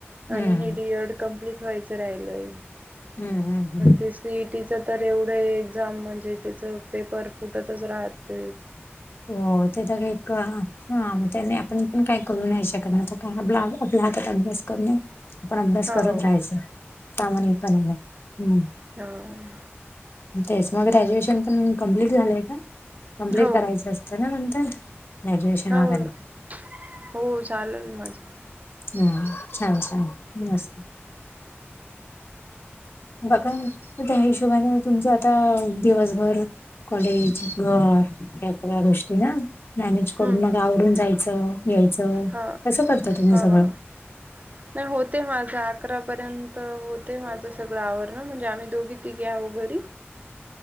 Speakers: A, on the right; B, on the left.
A: आणि
B: हम्म
A: हेडीड कंप्लीट व्हायचं राहिलंय
B: हम्म हम्म हम्म.
A: तेच सीईटीच तर एवढं एक्झाम म्हणजे त्याचं पेपर फुटतच राहत.
B: हो तेचा का हाग त्यानी आपण पण काय करू शकत नाही काय ब्ला आपल्या हातात अभ्यास करणे. पण अभ्यास
A: हो
B: करत
A: हम्म
B: राहायचं तामानिकपणा आहे हम्म.
A: हम्म
B: तेच मग ग्रॅज्युएशन पण कंप्ललीट झालंय का कंप्लीट
A: हो
B: करायचं. न गुएश
A: हो हो
B: वरे. हम
A: हो चालेल माझं.
B: ले ले नमस्कार.
A: <unintelligible>
B: बघ त्या हिशोबाने तुमच्या आता दिवसभर कॉलेज घर या्या सगळ्या गोष्टी ना मॅनेज करून
A: हम्म.
B: मग आवडून जायचं. यायचं
A: हो,
B: कसं करता तुम्ही
A: हो.
B: सगळं.
A: नाही होते माझं अकरा पर्यंत होते माझ सगळं आवरण म्हणजे आम्ही दोघी िक आव घरी